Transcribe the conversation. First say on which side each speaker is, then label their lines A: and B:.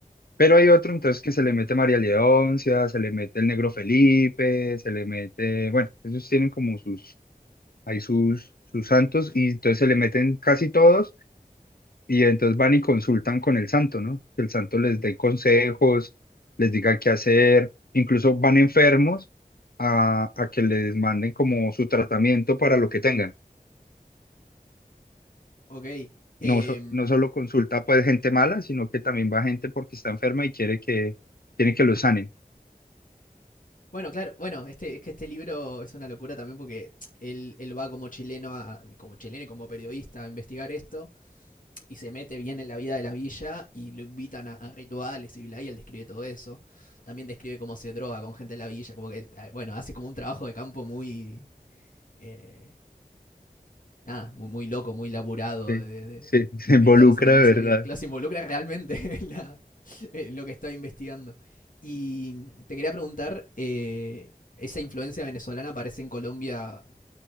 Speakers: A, on the left; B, on the left.
A: Pero hay otro entonces que se le mete María Leoncia, se le mete el negro Felipe, se le mete, bueno, ellos tienen como sus, hay sus, sus santos y entonces se le meten casi todos Y entonces van y consultan con el santo, ¿no? Que el santo les dé consejos, les diga qué hacer, incluso van enfermos a, a que les manden como su tratamiento para lo que tengan.
B: Ok. Em,
A: No, so- no solo consulta pues gente mala, sino que también va gente porque está enferma y quiere que, quiere que lo sanen.
B: bueno, claro, bueno, este, es que este libro es una locura también porque él, él va como chileno, a- como chileno y como periodista a investigar esto. y se mete bien en la vida de la villa y lo invitan a, a rituales y bla, y él describe todo eso. También describe cómo se droga con gente de la villa, como que, ah, bueno, hace como un trabajo de campo muy, eh, nada, muy, muy loco, muy laburado
A: Sí,
B: de, de-
A: sí,
B: de
A: <laughs> se
B: meterse
A: involucra
B: en esa
A: de verdad.
B: vida. Claro, se involucra realmente <laughs> en, la- en lo que está investigando. Y te quería preguntar, eh, ¿esa influencia venezolana aparece en Colombia